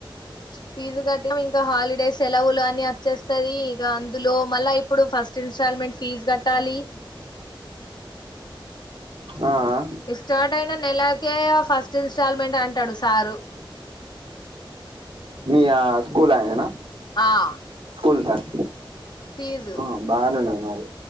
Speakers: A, on the left; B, on the right.
A: ఫీజు కట్టామ్ ఇంకా హాలిడేస్ సెలవులు అని అచ్చేస్తది ఇగ అందులో మళ్ళా ఇప్పుడు ఫస్ట్ ఇన్స్టాల్మెంట్ ఫీజ్ కట్టాలి
B: ఆ ఆ
A: ఇ స్టార్ట్ అయిన నెలకే ఫస్ట్ ఇన్స్టాల్మెంట్ అంటడు సారు
B: మీ యా స్కూల్ ఆయన నా
A: ఆ
B: స్కూల్ సార్
A: ఫీజు
B: ఆ బాగానే ఉన్నది మరి